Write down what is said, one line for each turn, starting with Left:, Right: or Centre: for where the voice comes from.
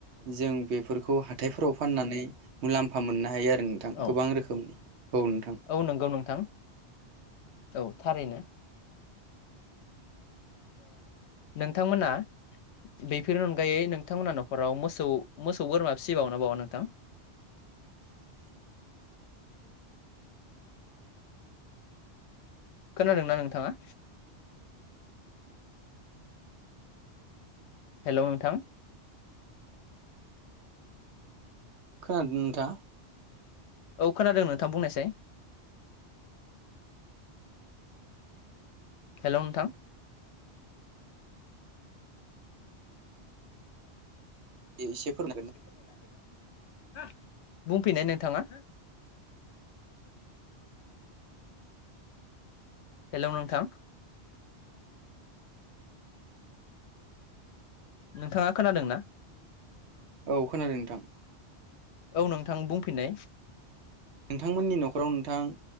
Right: जों बेफोरखौ हाथायफोराव फाननानै मुलाम्फा मोननो हायो आरो
Left: मुलाम्फा
Right: नोंथां गोबां रोखोमनि औ नोंथां
Left: औ नंगौ नोंथां
Right: <unintelligible>
Left: औ थारैनो नोंथांमोना बेफोरनि अनगायै नोंथांमोनहा न'खराव मोसौ मोसौ बोरमा फिसिबावनो बावा नोंथां?
Right: <inaudible>
Left: खोनादोंना नोंथाङा? हेलौ नोंथां
Right: खोनादों नोंथा
Left: औ खोनादों नोंथां बुंनायसाय हेलौ नोंथां
Right: एसे फोरमायगोन
Left: एसे फोरमायनो हागोन ना? बुंफैनाय नोंथाङा? हेलौ नोंथां नोंथाङा खोनादों ना?
Right: औ खोनादों नोंथां
Left: औ नोंथां बुंफिननाय।
Right: नोंथांमोननि न'खराव नोंथां